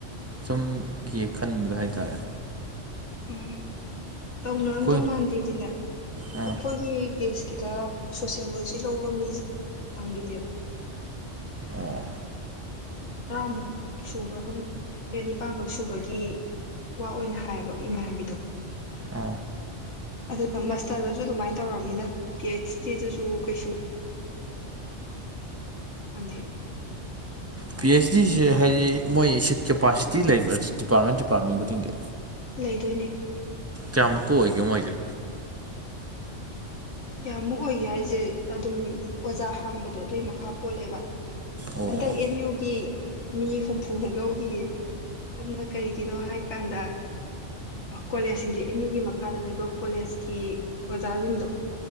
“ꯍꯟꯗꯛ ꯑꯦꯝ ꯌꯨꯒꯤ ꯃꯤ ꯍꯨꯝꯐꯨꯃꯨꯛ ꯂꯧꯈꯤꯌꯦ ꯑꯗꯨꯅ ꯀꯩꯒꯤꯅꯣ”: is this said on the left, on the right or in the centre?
Left